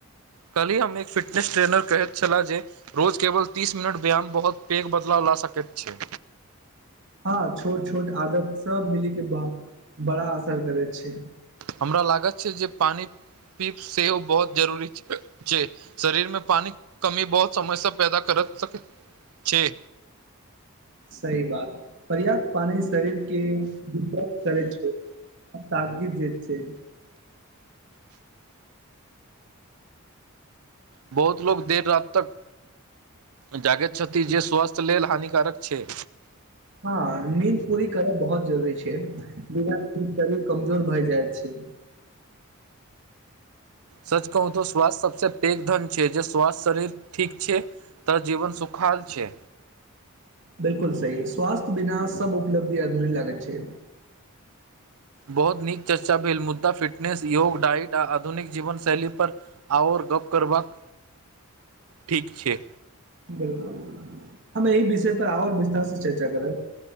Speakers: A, on the right; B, on the right.
A: कलहि हम एक फिटनेस ट्रेनर कहैत छलाह जे रोज केवल तीस मिनट व्यायाम बहुत पैघ बदलाव ला सकैत छै।
B: हँ छोट छोट आदत सभ मिली के बड़ा असर करैत छै
A: हमरा लागत छै जे पानि पीब सेहो बहुत जरूरी छै। शरीर मे पानी कमी बहुत समय्य पैदा कर सकै छै
B: सही बात पर्याप्त पानी शरीर के वि करै छै। आ ताजगी जत छै।
A: बहुत लोग देर रति तक जागैत छथि जे स्वास्थ्य लेलऽ हानिकारक छै
B: हँ नीद पूरी करब बहुत जरूरी छै बिना शरीर कमजोर भए जाय छै
A: सच कहू तऽ स्वास्थ्य सभसँ पैघ धन छै जे स्वास्थ्य शरीर ठीक छै तऽ जीवन सुखाल छै।
B: बिल्कूल सी स्वस्थ्य बिना सभ उपलब्धि अधूरी लागैत छै
A: बहुत नीक चर्चा भेल मुद्दा फिटनेस योग इट आ आधुनिक जीवन शैली पर आ ओर गप्प करबाक ठीक छै।
B: बिल्कूल हम एहिह विषय पर आओर विस्तार से चर्चा करब